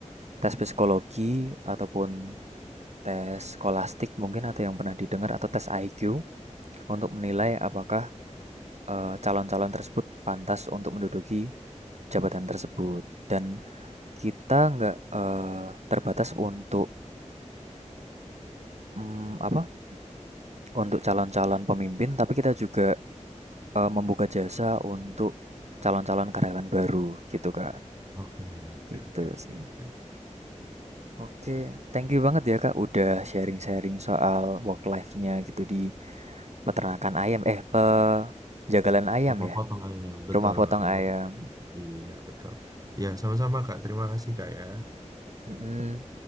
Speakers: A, on the right; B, on the right.
A: tes psikologi ataupun tes skolastik mungkin atau yang pernah didengar atau tes IQ untuk menilai apakah eh, calon-calon tersebut pantas untuk menduduki jabatan tersebut dan kita nggak eh, terbatas untuk mm, apa untuk calon-calon pemimpin tapi kita juga eh, membuka jasa untuk calon-calon karyawan baru gitu kak
B: Oke, oke,
A: Gitu
B: oke, oke,
A: sih.
B: oke. oke.
A: Oke, thank you banget ya Kak udah sharing-sharing soal work life-nya gitu di peternakan ayam eh penjagalan ayam
B: Rumah
A: ya,
B: potong ayam, betul.
A: rumah potong
B: Rumah
A: ayam.
B: potong. Iya, betul. Ya, sama-sama kak. Terima kasih kak ya.
A: Mm-mm.